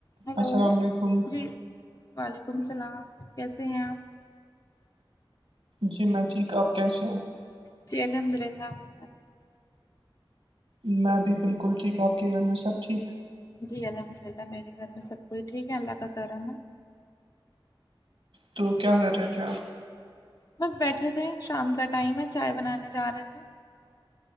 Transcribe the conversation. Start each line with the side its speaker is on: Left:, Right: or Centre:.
Left: hello
Right: السلام علیکم
Left: جی وعلیکم السلام کیسے ہیں آپ
Right: جی میں ٹھیک آپ کیسے ہیں
Left: جی الحمد للہ آپ
Right: میں بھی بالکل ٹھیک آپ کے گھر میں سب ٹھیک
Left: جی الحمد للہ میرے گھر میں سب کوئی ٹھیک ہے اللہ کا کرم ہے
Right: تو کیا کر رہے تھے آپ
Left: بس بیٹھے تھے شام کا ٹائم ہے چائے بنانے جا رہے تھے